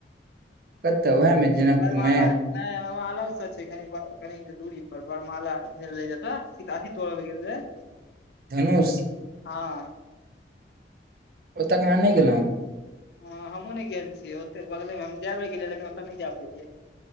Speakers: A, on the right (about 55°); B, on the left (about 65°).
A: कतऽ उएह मे जनकपुर
B: बड़माला
A: मे
B: नै ओ उहां अलग स छै कनिक व कनिक दूरी पर बड़माला भेल रहै जतह सीता अथि तोड़ल गेल रहै।
A: धनुष?
B: हँ।
A: ओतऽ क अहाँ नै गेलौं?
B: हँ हमहुँ नै गेल छियै ओत्तै बगले मे हम जेए बेर गेलियै लेकिन ओतऽ नै जा पेलियै।